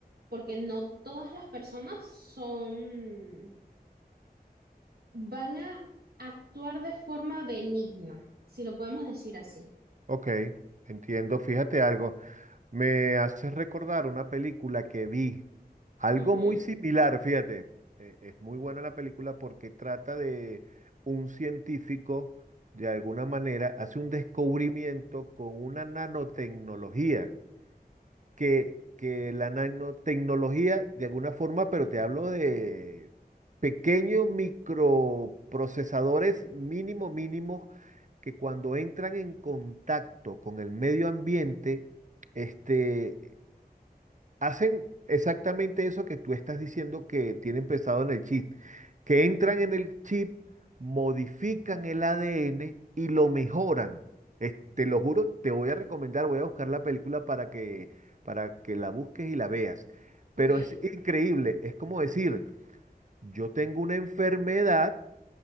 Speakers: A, on the right (about 75°); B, on the right (about 50°).
A: Porque no todas las personas son, van a actuar de forma benigna, si lo podemos decir así.
B: Ok, entiendo. Fíjate algo. Me hace recordar una película que vi, algo
A: Ujú,
B: muy similar, fíjate. Eh, es muy buena la película porque trata de un científico, de alguna manera, hace un descubrimiento con una nanotecnología que, que la nanotecnología, de alguna forma, pero te hablo de pequeños microprocesadores mínimo mínimos que cuando entran en contacto con el medio ambiente, este, Hacen exactamente eso que tú estás diciendo que tienen pensado en el chip, que entran en el chip, modifican el ADN y lo mejoran. Es- te lo juro, te voy a recomendar, voy a buscar la película para que, para que la busques y la veas.
A: ok.
B: Pero es increíble, es como decir, yo tengo una enfermedad